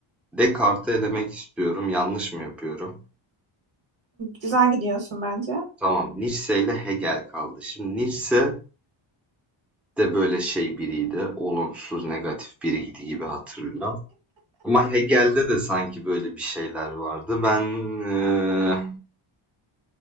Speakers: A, in the centre; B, on the right (about 65°).
A: Descartes'i elemek istiyorum. Yanlış mı yapıyorum?
B: Güzel gidiyorsun bence.
A: Tamam, Nietzsche ile Hegel kaldı. Şimdi Nietzsche de böyle şey biriydi. Olumsuz, negatif biriydi gibi hatırlıyorum. Ama Hegel'de de sanki böyle bir şeyler vardı. Ben eee,